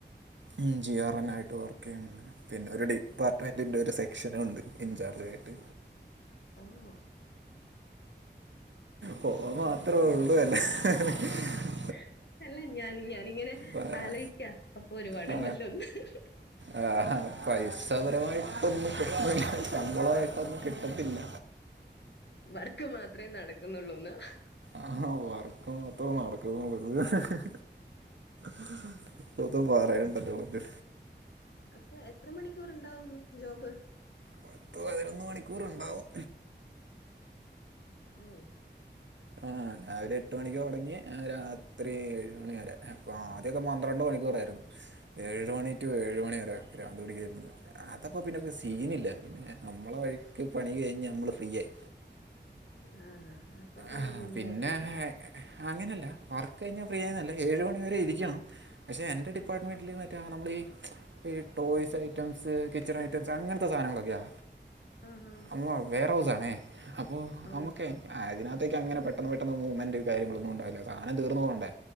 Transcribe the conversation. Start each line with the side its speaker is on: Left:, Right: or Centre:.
Right: ഉം ജി ആർ എൻ ആയിട്ട് വർക്കെ യ്ണ് പിന്നെ ഒരു ഡിപ്പാർട്ട്മെന്റിന്റെ ഒരു സെക്ഷനുണ്ട് ഇൻചാർജായിട്ട്
Left: ആണോ
Right: പോവാ മാത്രമേ ഉള്ളൂലെ ഹ് ഹ് ഹ്
Left: ഹ് അല്ല ഞാൻനി ഞാനിങ്ങനെ ഹ്
Right: പ-
Left: ആലോചിക്ക അപ്പൊ ഒരുപാട്ണ്ടല്ലോന്ന്
Right: ആ.
Left: ഹ് ഹ് ഹ്
Right: ആ പൈസാപരമായിട്ടൊന്നും കിട്ടത്തില്ല ശമ്പളായിട്ടൊന്നും കിട്ടുന്നില്ല
Left: വർക്ക് മാത്രേ നടക്കുന്നുള്ളൂന്നാ ഹ്
Right: ആ വർക്ക് മത്രോ നടക്കുന്നുള്ളൂ ഹ് ഹ് ഹ് ഹ് ഒന്നും പറയണ്ട
Left: ഉം
Right: എന്റെ പൊന്നോ
Left: അപ്പൊ എത്ര മണിക്കൂറ് ഇണ്ടാവുന്നു ജോബ്
Right: പത്ത് പതിനൊന്ന് മണിക്കൂറുണ്ടാവും
Left: ഓ
Right: ആ രാവിലെ എട്ട് മണിക്കൊടങ്ങി അ രാത്രി ഏഴ മണി വരെ അപ്പൊ ആദ്യൊക്കെ പന്ത്രണ്ട് മണി മണിക്കൂറായിരുന്നു ഏഴ് മണി ടു ഏഴു മണിവരെ പ്രാന്തു പിടിക്കേരുന്നു അതപ്പോ പിന്നെ മി സീനില്ല പിന്നെ നമ്മളെ വഴിക്ക് പണി കഴിഞ്ഞാ നമ്മള് ഫ്രീ ആയി
Left: ആ അപ്പൊ പിന്നെ
Right: ആ
Left: ജിമ്മിലോട്ട്
Right: പിന്നെ ആ അ അങ്ങനെല്ല ല്ല വർക്ക് കഴിഞ്ഞാ ഫ്രീയായിന്നല്ല ഏഴ് മണി വരെ ഇരിക്കണം പക്ഷെ എന്റെ
Left: ആ,
Right: ഡിപ്പാർട്ട്മെന്റില് വ മറ്റേ നമ്മളി ഈ ഈ ടോയ്സ് ഐറ്റംസ് കിച്ചൺ ഐറ്റംസ് അങ്ങനത്തെ സാധനങ്ങളൊക്കെയാ
Left: ആഹാ
Right: അമ്മ വേറെ സാണെ അപ്പൊ
Left: ഓ
Right: നമ്മുക്കോ അതിനകത്തേക് അങ്ങനെ പെട്ടെന്ന് പെട്ട മൂവ്മൻ് കാര്ങ്ങള് ഒന്നും ഉണ്ടാവില്ല സാധം തീർന്ന് പോകണ്ടേ?